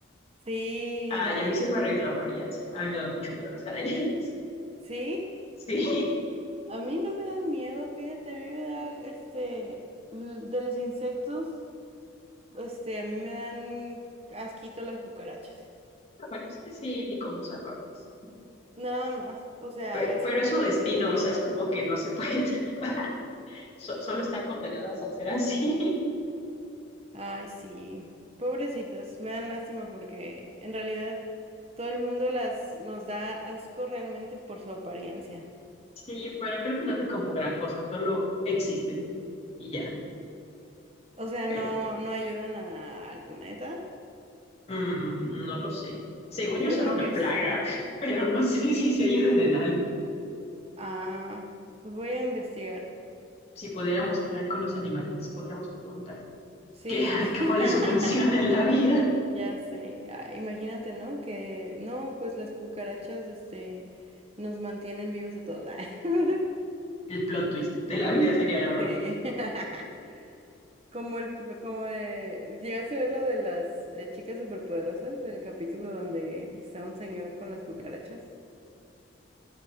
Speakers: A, on the right (about 30°); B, on the left (about 30°).
A: Sí,
B: Ah,
A: no
B: y
A: manches.
B: a mí sí me reclamarían. sí. A mí me da mucho miedo las arañas. <laughs>
A: Sí,
B: Sí.
A: a mí no me dan miedo, fíjate, a mí me da, este, l- de los insectos, este, a mí me dan asquito las cucarachas.
B: Bueno, es que sí, ni cómo salvarlas.
A: Nada más, o sea,
B: Pero,
A: es
B: pero
A: el único
B: es su destino,
A: insecto que
B: o sea,
A: no.
B: es como que no se puede <laughs> salvar. So- solo están condenadas a ser así.
A: Ay, sí, pobrecitas, me dan lástima porque en realidad todo el mundo las, los da asco realmente por su apariencia.
B: Sí, pero creo que no hace como gran cosa, solo existen y ya.
A: O sea,
B: Pero
A: no, no ayudan a- al planeta.
B: mm, no lo sé. Según yo
A: Yo
B: son
A: creo
B: una
A: que
B: plaga,
A: sí.
B: <laughs> pero no sé si se ayuden en algo.
A: Ah, pues voy a investigar.
B: si pudiéramos hablar con los animales, podríamos preguntar
A: Sí.
B: qué, <laughs>
A: <laughs>
B: cuál es su función en la vida.
A: Ya sé. Ah, imagínate, ¿no? Que no, pues las cucarachas, este, nos mantienen vivos a todos. Ah, <laughs>
B: El plot twist de la vida sería la
A: Sí.
B: verdad.
A: <laughs> Como el, p- como eh, llegaste a ver lo de las eh, chicas superpoderosas, el capítulo donde está un señor con las cucarachas,